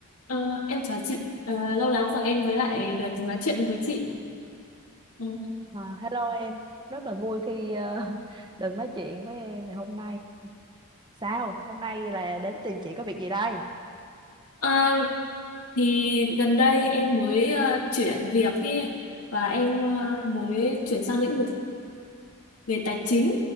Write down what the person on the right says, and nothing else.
À, hello em, rất là vui khi ờ, <laughs> được nói chuyện với em ngày hôm nay. Sao? Hôm nay là đến tìm chị có việc gì đây?